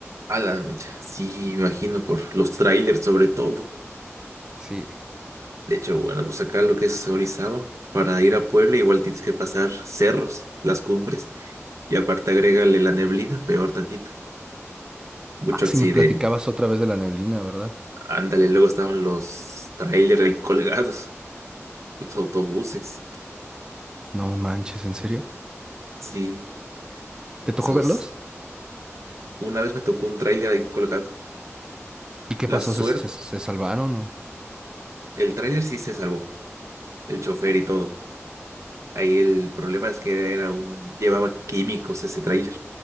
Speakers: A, on the right; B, on the right.
A: A la mecha, sí, me imagino, por los trailers sobre todo.
B: Sí.
A: De hecho, bueno, pues acá lo que es Orizaba, para ir a Puebla igual tienes que pasar cerros, las cumbres, y aparte agrégale la neblina, peor tantito. Mucho
B: Ah, sí,
A: accidente.
B: me platicabas otra vez de la neblina, ¿verdad?
A: Ándale, luego estaban los trailers ahí colgados. Los autobuses.
B: No manches, ¿en serio?
A: Sí,
B: ¿Te tocó
A: esos.
B: verlos?
A: Una vez me tocó un tráiler ahí colgado.
B: ¿Y qué
A: La
B: pasó?
A: suerte,
B: ¿Se, se, se salvaron o...?
A: el tráiler sí se salvó, el chofer y todo. Ahí el problema es que era un, llevaba químicos ese tráiler